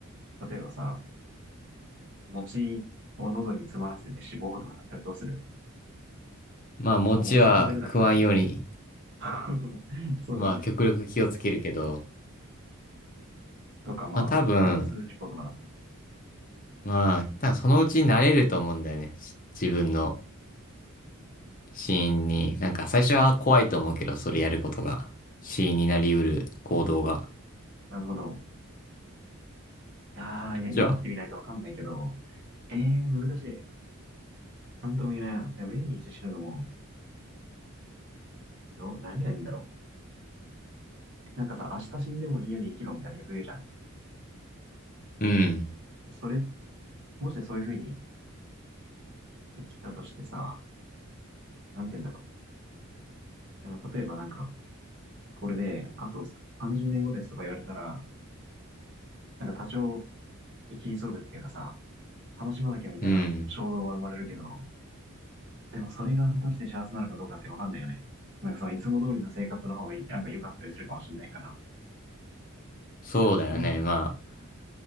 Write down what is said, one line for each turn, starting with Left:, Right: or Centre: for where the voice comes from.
Right: 例えばさ、餅を喉に詰まらせて死亡とかだったらどうする
Left: まあ、餅は食わんように、
Right: もう餅食べれなくなるよ。<laughs> そうだよね。
Left: まあ、極力気をつけるけど、
Right: とかまあ、
Left: まあ多分、
Right: 交通事故とかだったら。
Left: まあ、多分そのうち慣れると思うんだよね。し自分の死因に。なんか最初は怖いと思うけど、それやることが。死因になりうる行動が。
Right: なるほど。いやー、
Left: こっちは。
Right: いやなってみないとわかんないけど、えー、難しい。なんとも言えないな。で、命日死ぬのも、どう、何がいいんだろう。なんかさ、明日死んでもいいように生きろみたいなよく言うじゃん。
Left: うん。
Right: それ、もしそういうふうに生きたとしてさ、なんて言うんだろう。なんか例えばなんか、これで、あと30年後ですとか言われたら、なんか多少、生き急ぐっていうかさ、楽しまなきゃみたいな衝動は生まれるけど、
Left: うん。
Right: でもそれが果たして幸せなのかどうかってわかんないよね。なんかそのいつも通りの生活の方がいい、なんか良かったりするかもしれないから。
Left: そうだよね。
Right: うーん、
Left: まあ、